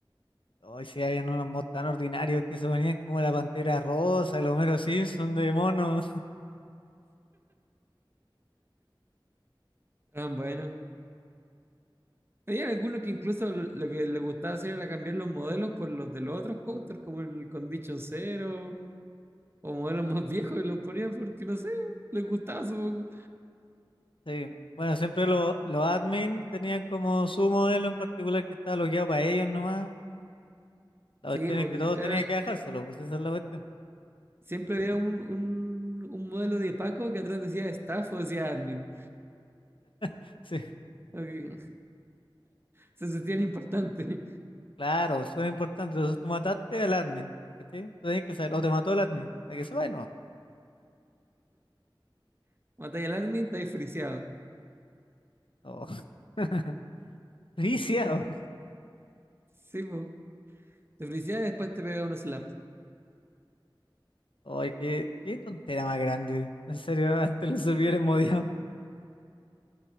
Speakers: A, on the left; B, on the right.
A: Hoy sí habían unos mods tan ordinarios que se ponían como la Pantera Rosa, el Homero Simpson de monos. <laughs>
B: Ah, bueno. Había algunos que incluso lo, lo que les gustaba hacer era cambiar los modelos por los de los otros counters, como el Condition Zero, o modelos más viejos que los ponían porque, no sé, les gustaba supongo.
A: Sí. Bueno, siempre lo- los admin tenían como su modelo en particular que estaba bloqueado para ellos nomás. La
B: Sí,
A: cuestión
B: pues
A: es que todos
B: era-
A: tenían que dejárselo, pues esa es la cuestión.
B: siempre había un, un, un modelo de Paco que atrás decía staff o decía admin.
A: <laughs>
B: Porque <laughs> Se sentían importantes.
A: Claro, son importantes. Entonces tú mataste al admin, ¿cachai? Tú tenés que saber, o te mató el admin, para que se y no.
B: <laughs> Matáis al admin, estáis friseado.
A: Oh. <laughs> Viciado.
B: Sí, pues. Te friseas y después te pega un slap.
A: Ay, qué, qué tontera más grande. En serio, <laughs> antes los servidores modiados